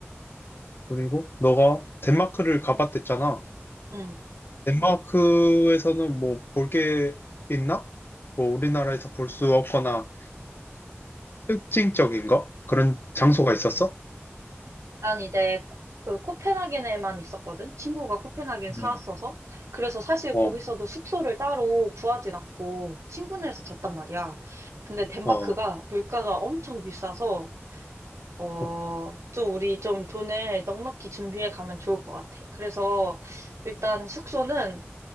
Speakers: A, on the left; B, on the right.
A: 그리고 너가 덴마크를 가봤댔잖아.
B: 응.
A: 덴마크에서는 뭐 볼 게 있나? 뭐 우리나라에서 볼 수 없거나 특징적인 거? 그런 장소가 있었어?
B: 난 이제 그 코펜하겐에만 있었거든. 친구가 코펜하겐
A: 뭐,
B: 살았어서. 그래서 사실
A: 어,
B: 거기서도 숙소를 따로 구하진 않고 친구네에서 잤단 말이야. 근데 덴마크가
A: 어,
B: 물가가 엄청 비싸서 어,
A: 어,
B: 좀 우리 좀 돈을 넉넉히 준비해 가면 좋을 것 같아. 그래서 일단 숙소는